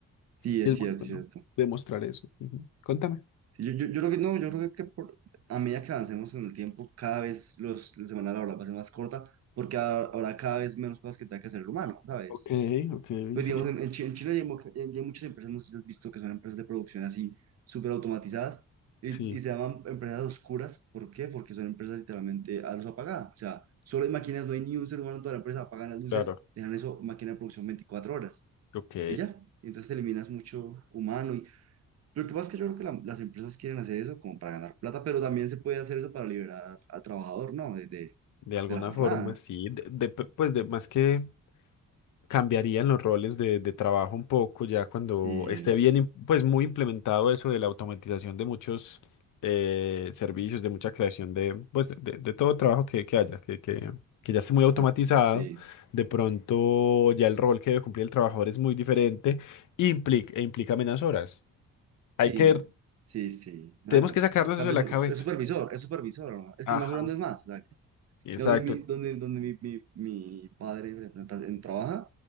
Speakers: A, on the right; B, on the left.
A: Sí,
B: Es
A: es cierto,
B: muy bueno
A: es cierto.
B: demostrar eso. Ujú. Contame.
A: Sí, Yo, yo, yo creo que, no, yo creo que por, a medida que avancemos en el tiempo, cada vez los, la semana laboral va a ser más corta, porque ha- habrá cada vez menos cosas que tenga que hacer el humano, ¿sabes?
B: Ok, ok,
A: Pues
B: sí.
A: digamos, en, en Chi- en China ya hay, mo- ya hay muchas empresas, no sé si has visto, que son empresas de producción así, súper automatizadas, y,
B: Sí,
A: y se llaman empresas oscuras, ¿por qué? Porque son empresas literalmente a luz apagada, o sea, solo hay máquinas, no hay ni un ser humano en toda la empresa, apagan las luces,
B: claro,
A: dejan eso, máquina de producción 24 horas.
B: ok.
A: y ya. Entonces eliminas mucho humano. Y... Pero lo que pasa es que yo creo que la- las empresas quieren hacer eso como para ganar plata, pero también se puede hacer eso para liberar al trabajador, ¿no? De, de,
B: De alguna
A: de la jornada.
B: forma, sí. De, de- pues de más que cambiarían los roles de, de trabajo un poco ya cuando
A: Sí,
B: esté bien, im- pues muy implementado eso de la automatización de muchos eh, servicios, de mucha creación de, pues de, de- todo trabajo que, que haya, que, que, que ya esté muy automatizado.
A: ah, sí,
B: De pronto ya el rol que debe cumplir el trabajador es muy diferente implica, e implica menos horas.
A: sí,
B: Hay que
A: sí, sí, exacto.
B: Tenemos que sacarnos
A: Tal
B: eso de
A: vez
B: la
A: es
B: cabeza.
A: es supervisor, es supervisor, ¿no? Es
B: Ajá.
A: que más hablando es más. exacto.
B: Exacto.
A: Donde mi, donde, donde mi, mi, mi padre en- en- trabaja,